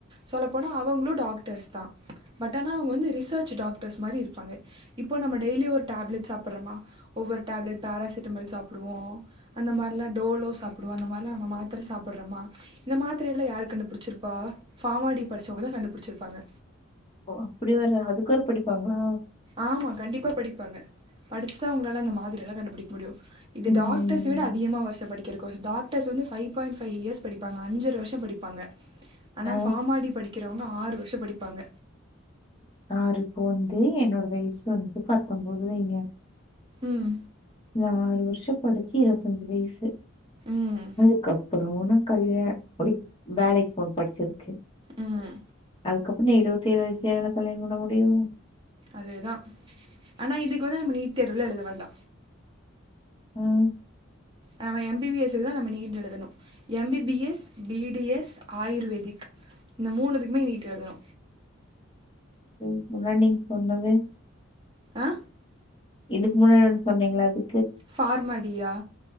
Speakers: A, on the right; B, on the left.
A: சொல்லப்போனா அவங்களு டாக்டர்ஸ் தா பட் ஆனா அவுங் வந்து ரிசர்ச் டாக்டர் ஸ் மாரி இருப்பாங்க இப்போ நம்ம டெய்லி ஒரு டேப்லெட் சாப்பட்றமா ஒவ்வொரு டேப்லெட் பேராசிட்டமல் சாப்புடு வோ அந்த மார்லா டோலோ சாப்புடுவோ அந்த மார்லா நம் மாத்தர சாப்பட்றமா இந்த மாத்தரையல்ல யாரு கண்டுபுடிச்சிருப்பா ஃபாமாடி படிச்சவங்க தா கண்டுபுடிச்சிருப்பாங்க
B: ஓ அப்டி வேற அதுக் வேற படிப்பாங்ளா
A: ஆமா கண்டிப்பா படிப்பாங்க படிச்சு தா அவங்களால அந்த மாதிரியெல்லா கண்டுபுடிக் முடியு இது
B: ம்.
A: டாக்டர்ஸ் விட அதிகமா வர்ஷோ படிக்கறக்கு <unintelligible> டாக்டர்ஸ் வந்து ஃபை பாயிண்ட் ஃபை இயர்ஸ் படிப்பாங்க அஞ்சர வர்ஷோ படிப்பாங்க ஆனா
B: அ
A: ஃபாமாடி படிக் கிறவங்க ஆறு வர்ஷோ படிப்பாங்க
B: ஆறு இப்போ வந்து என்னோட வயஸ் வந்து பத்தம்போது வைங்க
A: ம்
B: நா ஆறு வர்ஷோ படிச்சு இருவத்தஞ்சு வயசு
A: ம்
B: அதுக்கப்பறோ கல்யா ஒரு வேலைக் போனு படிச்சதுக்கு
A: ம்
B: அதுக்கப்றோ நா இருவத்தேழு வயசுலயா நா கல்யாண் பண்ண முடியு
A: அதே தா ஆனா இதுக் வந்து நம்ம நீட் தேர்வுலா எழுத வேண்டா
B: ம்
A: நாம எம் பி பி எஸ் க்கு தா நம்ம நீட் எழுதனு M B B S, B D S, ayurvedic இந்த மூனுதுக்குமே நீட் எழுதனு
B: இதுக் முன்னாடி நீங் சொன்னது
A: ஆ
B: இதுக் முன்னாடி ஒன் சொன்னீங்கல்ல அது
A: ஃபார்மாடியா